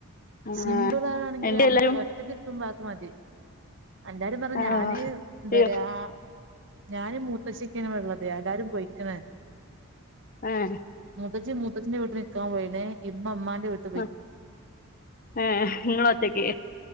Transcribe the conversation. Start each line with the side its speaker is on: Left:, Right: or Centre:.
Left: ആഹ്
Right: സിമ്പിൾ ആവാണെങ്കിൽ
Left: എന്റെ
Right: നമുക്ക്
Left: എല്ലാരും
Right: ഒറ്റക്ക് മ്പക്ക് മതി എല്ലാരും ന്ന്പർഞ്ഞ
Left: ആഹ്
Right: ഞാന് എന്താ
Left: അയ്യോ
Right: പറിയാ ഞാനും മൂത്തച്ചി ഒക്കേണ് ഇവിടുള്ളത് എല്ലാരും പോയ്ക്ക്ണ്.
Left: ഏഹ്
Right: മൂത്തജി മൂത്തജിന്റെ വീട്ടിൽ നിക്കാൻ പോയീണ് ഇമ്മ ഇമ്മാന്റെ വീട്ടി
Left: ആഹ് ഏഹ് ഇങ്ങളൊറ്റക്ക്